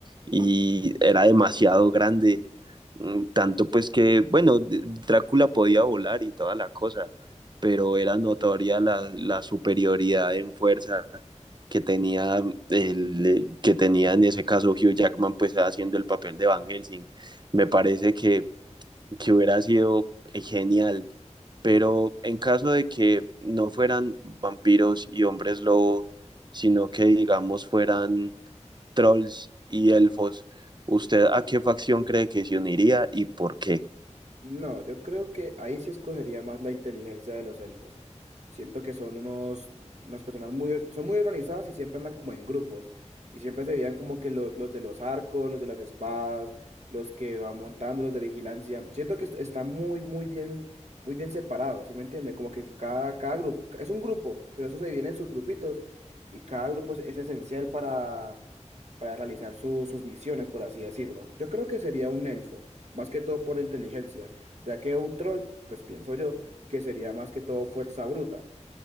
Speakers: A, on the right; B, on the right.
A: y era demasiado grande, mm, tanto pues que, bueno, Drácula podía volar y toda la cosa, pero era notoria la, la superioridad en fuerza que tenía el eh, que tenía en ese caso Hugh Jackman pues haciendo el papel de Van Helsing. Me parece que que hubiera sido eh, genial. Pero en caso de que no fueran vampiros y hombres lobo, sino que digamos fueran trolls y elfos, ¿usted a qué facción cree que se uniría y por qué?
B: No, yo creo que ahí sí escogería más la inteligencia de los elfos. Siento que son unos, unas personas muy, or- son muy organizadas y siempre andan como en grupos. Y siempre se veían como que lo- los de los arcos, los de las espadas, los que van montando, los de vigilancia. Siento que est- está muy, muy bien, muy bien separado, ¿sí me entiende? Como que cada, cada grupo, es un grupo, pero eso se divide en sus grupitos y cada grupo es, es esencial para, para realizar su- sus misiones, por así decirlo. Yo creo que sería un elfo, más que todo por la inteligencia ya que un troll, pues pienso yo, que sería más que todo fuerza bruta.